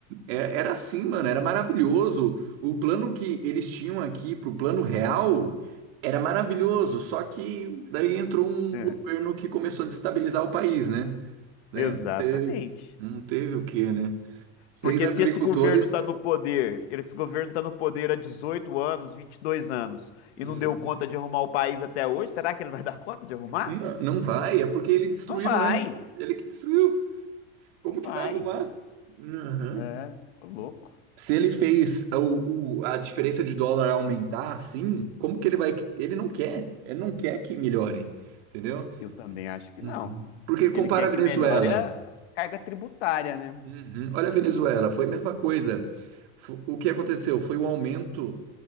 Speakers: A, on the right; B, on the left.
A: É- Era assim, mano, era maravilhoso. O plano que eles tinham aqui pro plano real era maravilhoso, só que daí entrou um
B: É,
A: governo que começou a destabilizar o país, né? Daí
B: exatamente.
A: não teve, não teve o quê, né? Seis
B: Porque
A: agricultores.
B: se esse governo está no poder, esse governo está no poder há 18 anos, 22 anos, e
A: Uhum.
B: não deu conta de arrumar o país até hoje, será que ele vai dar conta de arrumar?
A: Não, não vai, é porque ele destruiu,
B: Não vai,
A: né? Ele que destruiu. Como
B: não vai.
A: que vai arrumar? Uhum.
B: É, tô louco.
A: Se ele fez o, o- a diferença de dólar aumentar assim, como que ele vai. Ele não quer. Ele não quer que melhore. Entendeu?
B: Eu também acho que
A: Uhum.
B: não.
A: Porque compara
B: Ele quer
A: a
B: que
A: Venezuela.
B: melhore a carga tributária, né?
A: Uhum. Olha a Venezuela, foi a mesma coisa. Fo- O que aconteceu foi o aumento